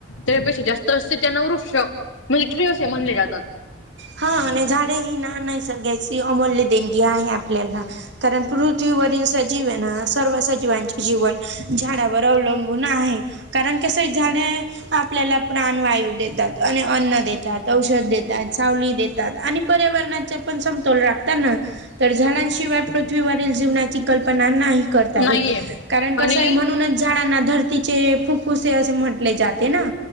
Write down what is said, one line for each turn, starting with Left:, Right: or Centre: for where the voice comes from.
Left: त्या पेक्षा जास्त असते त्याना वृक्ष मिल्ट्री असे म्हनले जातात.
Right: हा आणि झाडे ही ना नैसर्ग्याची अमूल्य देणगी आहे आपल्याला. कारण पृथ्वीवरील सजीवयेना सर्व सजीवांचे जीवन झाडावर अवलंबून आहे. कारण कसंय झाडे आपल्याला प्राणवायू देतात आणि अन्न देतात, औषध देतात, सावली देतात आणि पर्यावरणाचे पण समतोल राखता ना. तर झाडांशी इवाय पृथ्वीवरील जीवनाची कल्पना नाही करता
Left: नाहीये
Right: येत. कारण कसय
Left: आणि
Right: म्हणूनच झाडांना धरती चे फुफ्फुसे असे म्हंटले जाते ना.